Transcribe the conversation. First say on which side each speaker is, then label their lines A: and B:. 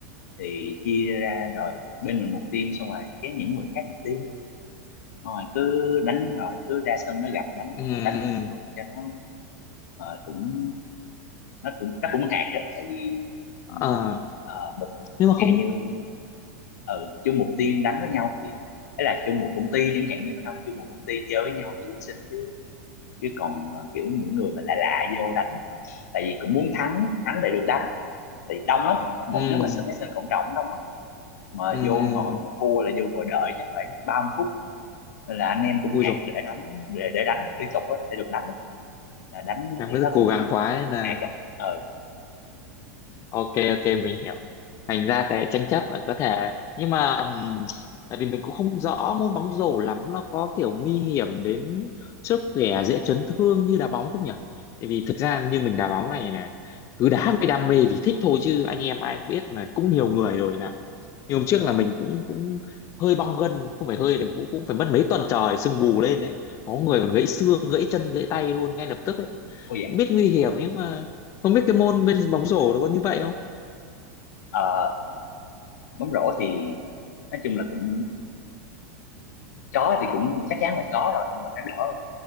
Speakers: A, on the left; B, on the left.
A: thì chia ra rồi bên mình một team xong rồi cái những người khác một team xong rồi cứ đánh rồi cứ ra sân nó gặp đánh
B: ừ
A: đánh với
B: ừ.
A: mọi người cho nó ờ, cũng nó cũng nó cũng hạt đó tại vì
B: Ờ,
A: mình, ờ, một
B: nhưng mà
A: chẳng
B: không
A: hạn như ừ, chung một team đánh với nhau thì ấy là chung một công ty chẳng hạn như bên ông chung một công ty chơi với nhau thì dưỡng sinh chứ chứ còn ờ, kiểu những người mà lạ lạ vô đánh á, tại vì cũng muốn thắng thắng để được đánh thì đông lắm một
B: ừ
A: nếu mà sân mấy sân cộng đồng đông lắm mà
B: ừ
A: vô
B: ừ.
A: ngồi mà thua là vô ngồi đợi chắc phải ba mươi phút Nên là anh em cũng
B: ui
A: hẹn
B: rồi
A: để đánh để, để đánh liên tục á, để được đánh á. là đánh mấy
B: em
A: cái
B: rất
A: đó
B: cố
A: cũng
B: gắng quá nên là
A: hẹn ờ
B: ok ok mình hiểu thành ra cái tranh chấp là có thể nhưng mà ừm, tại vì mình cũng không rõ môn bóng rổ lắm nó có kiểu nguy hiểm đến sức khỏe dễ chấn thương như đá bóng không nhỉ tại vì thực ra như mình đá bóng này là cứ đá vì đam mê vì thích thôi chứ anh em ai cũng biết mà cũng nhiều người rồi là như hôm trước là mình cũng cũng hơi bong gân không phải hơi cũng cũng phải mất mấy tuần trời sưng vù lên đấy có người còn gãy xương gãy chân gãy tay luôn ngay lập tức ấy
A: ôi dạ
B: cũng biết nguy hiểm nhưng mà không biết cái môn bên bóng rổ nó có như vậy không
A: ờ, bóng rổ thì nói chung là cũng có thì cũng chắc chắn là có rồi nhưng mà nó đỡ hơn